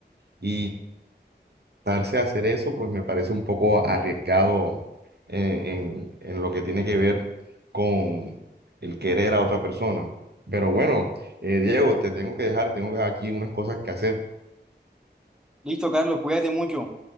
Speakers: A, on the right; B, in the centre.
A: y darse a hacer eso, pues me parece un poco arriesgado en, en- en lo que tiene que ver con el querer a otra persona. Pero bueno, eh, Diego, te tengo que dejar, tengo aquí unas cosas que hacer.
B: Listo, Carlos, cuídate mucho.